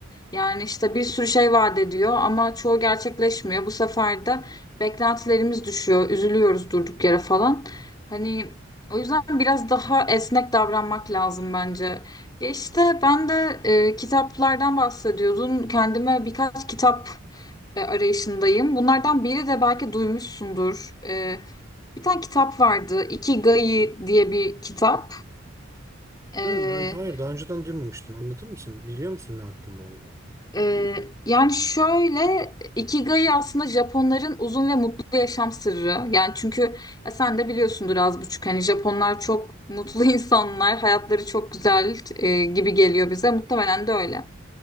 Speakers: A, on the left; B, on the right.
A: Yani işte bir sürü şey vaat ediyor ama çoğu gerçekleşmiyor. Bu sefer de beklentilerimiz düşüyor, üzülüyoruz durduk yere falan. Hani o yüzden biraz daha esnek davranmak lazım bence. Ya işte ben de e, kitaplardan bahsediyordun. Kendime birkaç kitap e, arayışındayım. Bunlardan biri de belki duymuşsundur. E, bir tane kitap vardı. Ikigai diye bir kitap. E,
B: Hı, hayır, hayır daha önceden duymamıştım. Anlatır mısın? Biliyor musun ne hakkında olduğunu?
A: Ee, yani şöyle Ikigai aslında Japonların uzun ve mutlu yaşam sırrı. Yani çünkü ya sen de biliyorsundur az buçuk hani Japonlar çok mutlu <laughs> insanlar, hayatları çok güzel e, gibi geliyor bize. Muhtemelen de öyle.